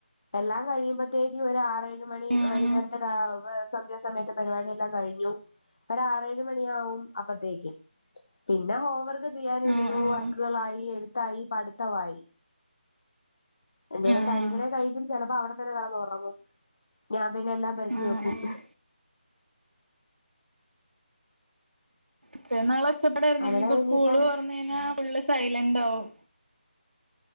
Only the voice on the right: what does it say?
ആഹ്
ആഹ് ആഹ്
ആഹ്
ആഹ്
ആഹ് മറ്റേന്നാള് ഒച്ചപ്പടായിരുന്ന്
ഇനിയിപ്പോ
സ്കൂള് തൊറന്ന് കഴിഞ്ഞാൽ ഫുള് സൈലന്റ് ആകും